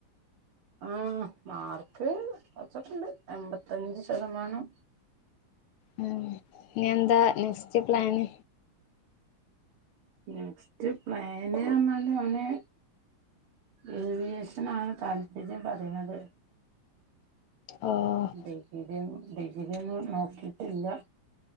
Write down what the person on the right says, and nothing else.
ആഹ് മാർക്ക് കെർച്ചൊക്കെണ്ട്. എമ്പത്തഞ്ച് ശെതമാനം.
നെക്സ്റ്റ് പ്ലാന് ന്നർഞാല് ഓന്. ഏവിയേഷെനാണ് താൽപര്യം പറിണത്.
ഡിഗ്രിം, ഡിഗ്രിയെന്നും നോക്കീട്ടില്ല.